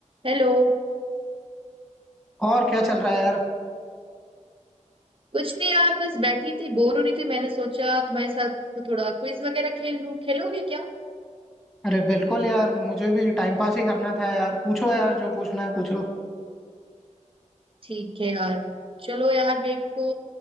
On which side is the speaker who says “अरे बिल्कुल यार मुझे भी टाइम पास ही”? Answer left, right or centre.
Centre